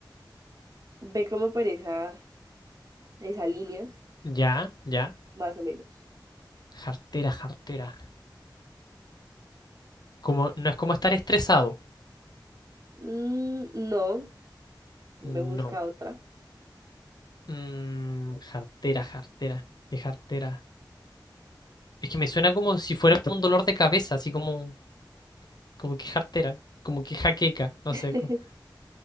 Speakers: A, on the right; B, on the left.
A: Ve como por esa, esa línea,
B: Ya, ya.
A: más o menos.
B: Jartera, jartera. Como, no es como estar estresado.
A: Mm, no, ve
B: No.
A: busca otra.
B: Mm, jartera, jartera. ¿Qué jartera? Es que me suena como si fuera un dolor de cabeza, así como, como que jartera, como que jaqueca, no
A: <laughs>
B: sé. como-